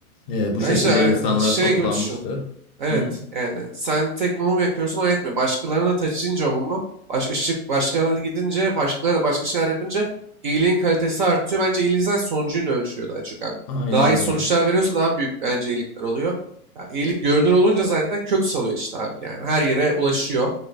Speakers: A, on the left (about 35°); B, on the right (about 35°).
A: Ee, bu
B: Ya
A: şekilde
B: işte
A: insanlar
B: e, şey
A: toplanmıştı.
B: gibi düşün. Evet
A: Hı hı.
B: yani sen tek mumu yakıyorsun o yetmiyor. Başkalarına da taşıyınca o mumu baş, ışık başkalarına da gidince başkaları da başka şeyler yapınca iyiliğin kalitesi artıyor. Bence iyiliğin zaten sonucuyla ölçülüyor daha çok abi.
A: Aynen
B: Daha iyi
A: öyle.
B: sonuçlar veriyorsa daha büyük bence iyilikler oluyor. Ya, iyilik görünür olunca zaten kök salıyor işte abi. Yani her yere ulaşıyor.